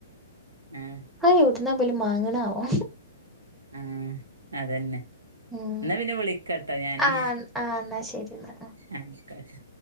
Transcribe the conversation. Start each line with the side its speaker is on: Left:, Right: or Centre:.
Right: ആഹ്
Centre: ആഹ് എവ്ട്ന്നാ ബൽ മാങ്ണാവോ
Right: ആഹ് അതന്നെ
Centre: ഉം
Right: എന്നാ പിന്നെ വിളിക്കട്ടോ ഞാന്
Centre: ആഹ് ആഹ് എന്നാ ശരി എന്നാ
Right: ആഹ് ശ്കശ്